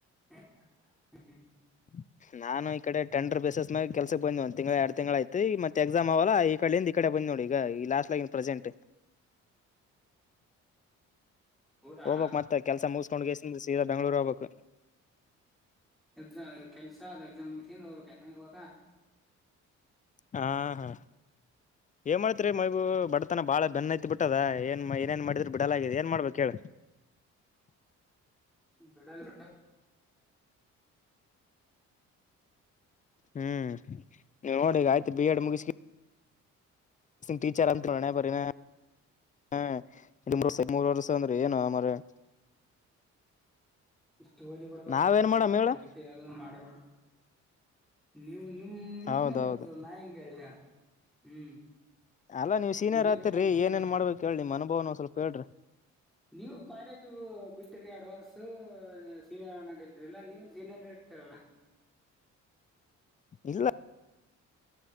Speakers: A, in the centre; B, on the left.
A: ಹ್ಮ ಹ್ಮ ಹ್ಮ್
B: <inaudible> ನಾನು ಈ ಕಡೆ ಟೆಂಡರ್ ಬೆಸಸ್ ಮ್ಯಾಗ ಕೆಲ್ಸಕ್ಕೆ ಬಂದ ಒಂದ್ ತಿಂಗಳ ಎರಡ್ ತಿಂಗಳ ಆಯಿತು ಮತ್ತ ಎಕ್ಸಾಮ್ ಅವಲ್ಲ ಈ ಕಡೆಯಿಂದ ಈ ಕಡೆ ಬಂದ್ ನೋಡ ಈಗ ಈ ಲಾಸ್ಟ್ ಆಗನ್ ಪ್ರೆಸೆಂಟ್.
A: ಹೌದಾ
B: ಹೋಗ್ಬೇಕ್ ಮತ್ತೆ ಕೆಲ್ಸ ಮುಸ್ಕೊಂಡ್ ಎ ಸೀದಾ ಬೆಂಗ್ಳೂರ್ ಹೋಗ್ಬೇಕ್
A: ಎಕ್ಸಾಮ ಕೆಲ್ಸಾ ಅ ಎಕ್ಸಾಮ್ ಮುಗೀಷ ಹೋಗ್ಬೇಕ ಎನ ಇವಾಗಾ
B: ಹ ಹಾ ಏನ್ ಮಾಡ್ತ್ರಿ ಮೈಬುಬೂ ಬಡತನ ಬಾಳ ಬೆನ್ನ ಹತಿ ಬಿಟ್ತ ಟ್ಟದ ಏನ್ ಏ ಏನ್ ಮಾಡಿದ್ರರು ಬಿಡಲ ಆಗಿದೆ ಏನ್ ಮಾಡ್ಬೇಕು ಹೇಳ
A: ಬಿಡಲ್ಲ್
B: ಹ್ಈ ನೋಡ ಈಗ ಆಯ್ತು ಬಿ ಎಡ್ ಮುಗಿಸಿ ಟೀಚರ್ ಅಂತು ಹಣೆಬರಹ ಇನ್ ಎರಡ ಮೂರ್ ಮೂರ್ ವರ್ಷ ಅಂದ್ರೆ ಏನ ಮಾರಾಯಾ
A: ಇಷ್ಟು ಓದಿ ಬಿಡ್ಬೇಕಾಗತದ
B: ನಾವ್ ಏನ್ ಮಾಡಮ್
A: ಮತ್ತೆ
B: ಹೇಳು
A: ಅದಕ್ಕೆ ಯಾವ್ದಾದ ಮಾಡ್ಬೇಕು. ನೀವು ನಿಮ ನಿಮ್ಮೆಲ್ಲ್
B: ಹೌದೌದು
A: ಹೋತದ ನಾ ಹೆಂಗ ಹೇಳ ಹ್ಮ್
B: ಅಲ್ಲಾ ನೀವ ಸೀನಿಯರ್
A: ದುಡಿಬೇಕಂತೀರಿ
B: ಆತರಿ ಏನ ಏನ್ ಮಾಡಬೇಕ ಹೇಳಿ ನಿಮ್ಮ ಅನುಭವನ ಒಂದ ಸ್ವಲ್ಪ ಹೇಳ್ರಿ
A: ನೀವು ಕಾಲೇಜ್ ಬಿಟ್ಟಿರಿ ಅಡ್ವಾನ್ಸ್ ಸೀನಿಯರ್ ಅನಾಕತ್ರಿಅಲ್ಲಾ ನೀವು ಸೀನಿಯರ್ ಕೇರಳಾ
B: ಇಲ್ಲಾ